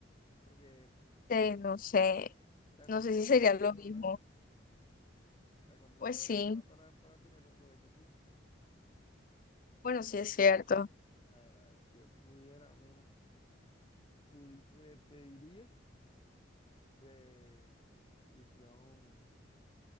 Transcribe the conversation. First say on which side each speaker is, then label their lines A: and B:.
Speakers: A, on the left; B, on the left.
A: porque
B: Eh, no sé,
A: Estás
B: no
A: controlando
B: sé si sería
A: a la persona,
B: lo mismo.
A: ¿eh? estás controlando
B: Pues
A: a la
B: sí,
A: persona para, para tener un provecho tú.
B: bueno,
A: Pero
B: sí es
A: a ver,
B: cierto.
A: a ver, a ver, si yo pudiera uno, pudi- eh, pediría eh, visión,